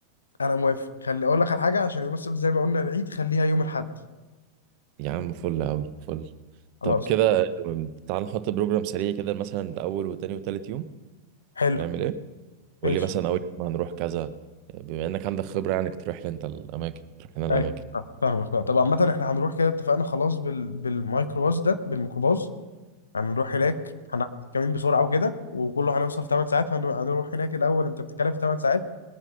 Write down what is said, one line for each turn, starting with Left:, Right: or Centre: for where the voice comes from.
Left: انا موافق خلي اقول لك على حاجه عشان يوم السبت زي ما قلنا العيد خليها يوم الاحد
Right: يا عم فل قوي فل
Left: خلاص
Right: طب كده تعال نحط بروجرام سريع كده مثلا لاول وتاني وتالت يوم
Left: حلو
Right: هنعمل ايه
Left: ماشي
Right: قول لي مثلا اول يوم هنروح كذا بما انك عندك خبرة يعني تروح لي انت الاماكن تروح لنا الاماكن
Left: ايوه آه، فاهمك فاهمك. طب عامة احنا هنروح كده اتفقنا خلاص بال... بالميكروباص ده بالميكروباص هنروح هناك هنعمل كمين بسرعة وكده وكله هنوصل في 8 ساعات هن... هنروح هناك الأول أنت بتتكلم في 8 ساعات